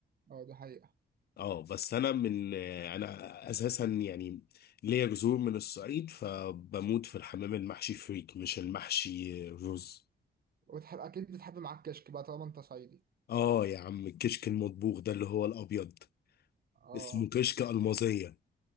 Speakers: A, on the right; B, on the left.
A: اه دي حقيقة
B: اه بس انا من انا اساسا يعني ليا جذور من الصعيد فبموت في الحمام المحشي فريك مش المحشي رز
A: وتحب اكيد بتحب معاك كشك بقى طالما انت صعيدي
B: اه يا عم الكشك المطبوخ ده اللي هو الابيض
A: اه
B: اسمه كشك المازيه